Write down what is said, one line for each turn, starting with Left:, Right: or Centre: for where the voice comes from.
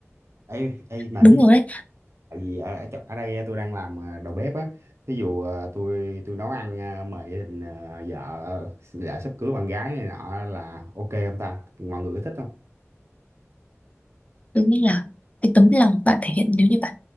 Right: ấy ấy mà
Left: đúng
Right: thí dụ
Left: rồi đấy
Right: tại vì ở ở, chỗ- ở đây á, tôi đang làm à, đầu bếp á thí dụ à, tôi tôi nấu ăn à, mời gia đình à, vợ ờ, vợ sắp cưới bạn gái này nọ là ok không ta mọi người có thích không
Left: tôi nghĩ là cái tấm lòng bạn thể hiện nếu như bạn